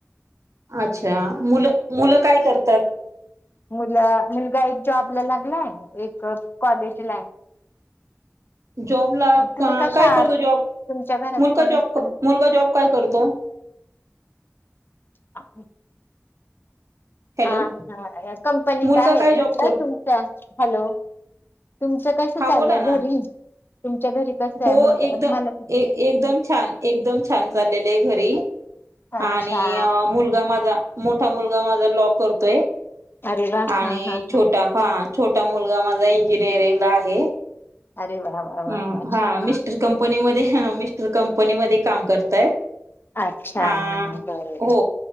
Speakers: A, on the right (about 70°); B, on the left (about 45°).
A: अच्छा मुलं मुलं काय करतात
B: मुलं मुलगा एक जॉबला लागलाय एक कॉलेजला आहे
A: जॉबला
B: तुम्ही कशा
A: काय
B: आहात
A: करतो जॉब
B: तुमच्या घरात
A: मुलगा
B: कोण
A: जॉब
B: असतं
A: मुलगा जॉब काय करतो
B: ह
A: हॅलो
B: ह हा कंपनीत
A: मुलगा
B: आहे
A: काय जॉब
B: म्हटलं
A: करतो
B: तुमच्या हॅलो तुमचं कसं
A: हा
B: चाललंय
A: बोला ना
B: घरी तुमच्या घरी कसं
A: हो
B: आहे मुलगा
A: एकदम
B: तुम्हाला किती
A: एक
B: मुलं
A: एकदम छान एकदम छान चाललेले आहे घरी
B: अच्छा
A: आणि मुलगा माझा मोठ ा मुलगा माझा लॉक करतोय
B: अरे वा
A: आणि
B: हा हा
A: छोटा हा छोटा मुलगा माझा इंजिनिअरिंगला आहे,
B: अरे वा वा
A: अ
B: वा वा
A: हा
B: छान
A: मिस्टर कंपनी मध्ये, मिस्टर कंपनीमध्ये काम करताय.
B: अच्छा
A: अ
B: बर
A: हो